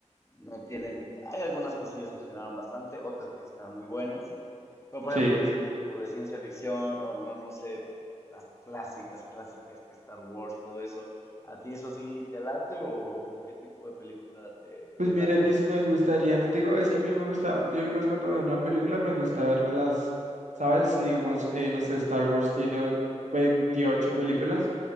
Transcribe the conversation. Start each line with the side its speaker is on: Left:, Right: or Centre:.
Left: no tienen. Hay algunas que sí decepcionaron bastante, otras que sí están muy buenas. Pero, por
Right: sí.
Left: ejemplo, de ese tipo de ciencia ficción o no, no sé, pues, las clásicas, clásicas que Star Wars, todo eso, ¿a ti eso sí te late o, o qué tipo de película te, te
Right: Pues mira
Left: late
Right: que
Left: más?
Right: sí me gustaría, no te digo, es que a mí me gusta, yo digo, es cuando veo una película me gusta vérmelas, ¿sabes? Si digamos, eh, no sé, Star Wars tiene o- 28 películas,